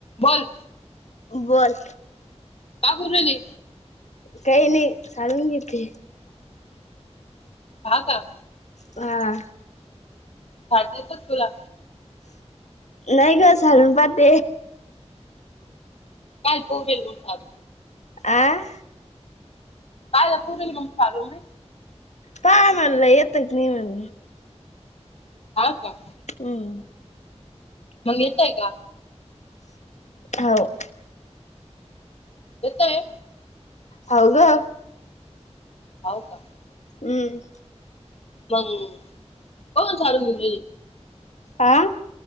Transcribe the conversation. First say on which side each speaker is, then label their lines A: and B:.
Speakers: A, on the left (about 60°); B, on the left (about 80°).
A: बोल
B: बोल
A: का करूले
B: काही नाही झाडून घेते
A: हा का
B: हा
A: ठ येतात तुला
B: नाहीयका झाडून पाात
A: कालपूरेल म्हण स
B: आं
A: कायला पूर् नमस्कारुम्ही
B: पाय मला येतात नि मल
A: हा का
B: हम
A: मग येतय का
B: हव
A: होताय
B: हो का
A: हो का
B: हम्म
A: मम् कोण सारून घ
B: आं